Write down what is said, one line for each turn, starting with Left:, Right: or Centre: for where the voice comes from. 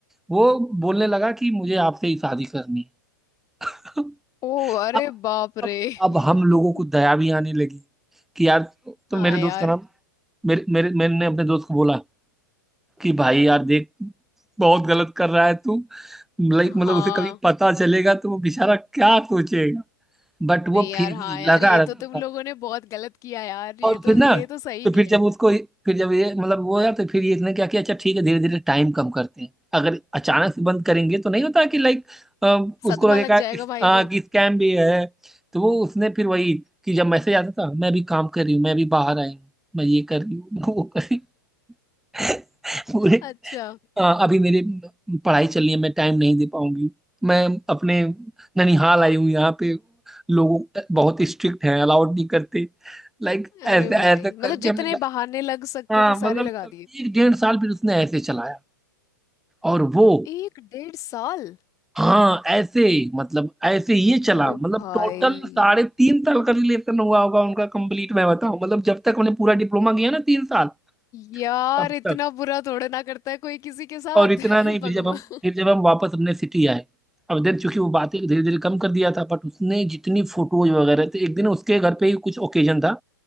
Centre: वो बोलने लगा कि मुझे आपसे ही शादी करनी है <laughs>
Left: ओ अरे
Centre: अब
Left: बाप
Centre: अब
Left: रे <laughs>
Centre: अब हम लोगों को दया भी आने लगी कि यार तो
Left: हाँ
Centre: मेरे
Left: यार
Centre: दोस्त का नाम मेरे मेरे मैंने अपने दोस्त को बोला कि भाई यार देख बहुत गलत कर रहा है तू लाइक मतलब
Left: हाँ
Centre: उसे कभी पता चलेगा तो वो बेचारा क्या सोचेगा बट वो
Left: नहीं यार
Centre: फिर
Left: हाँ
Centre: भी
Left: यार
Centre: लगा
Left: ये
Centre: रहता
Left: तो तुम
Centre: था
Left: लोगों ने बहुत गलत किया यार ये
Centre: और फिर
Left: तो
Centre: ना
Left: ये तो सही
Centre: तो
Left: नहीं
Centre: फिर
Left: है
Centre: जब उसको फिर जब ये मतलब वो यार तो फिर ये इसने क्या किया अच्छा ठीक है धीरे धीरे टाइम कम करते हैं अगर अचानक से बंद करेंगे तो नहीं होता कि लाइक
Left: सदमा
Centre: उसको लगेगा
Left: लग जाएगा
Centre: इस,
Left: भाई
Centre: आ,
Left: को
Centre: कि स्कैम भी है तो वो उसने फिर वही कि जब मैसेज आता था मैं भी काम कर रही हूँ मैं भी बाहर आई हूँ मैं ये कर रही हूँ <laughs> वो कर रही हूँ पूरे
Left: अच्छा
Centre: हाँ, अभी मेरी पढ़ाई चल रही है मैं टाइम नहीं दे पाऊंगी मैं अपने ननिहाल आई हूँ यहाँ पे लोग बहुत स्ट्रिक्ट हैं अलाउड नहीं करते लाइक
Left: अरे
Centre: ऐसे
Left: भाई
Centre: ऐसे करके
Left: मतलब जितने
Centre: हमने like,
Left: बहाने लग सकते
Centre: हाँ
Left: थे सारे
Centre: मतलब
Left: लगा
Centre: एक डेढ़ साल फिर उसने ऐसे चलाया और वो
Left: एक डेढ़ साल
Centre: हाँ ऐसे मतलब ऐसे ये चला
Left: अरे
Centre: मतलब
Left: भाई
Centre: टोटल साढ़े तीन साल का रिलेशन हुआ होगा उनका कंप्लीट मैं बताऊं मतलब जब तक हमने पूरा डिप्लोमा किया ना तीन साल
Left: यार
Centre: तब
Left: इतना
Centre: तक
Left: बुरा थोड़े ना करता है कोई किसी के साथ
Centre: और इतना
Left: <laughs>
Centre: नहीं फिर
Left: भगवान
Centre: जब हम फिर जब हम वापस अपने सिटी आए अब देन चूंकि वो बातें धीरे धीरे कम कर दिया था बट उसने जितनी फोटोज वगैरह थे एक दिन उसके घर पे ही कुछ ओकेजन था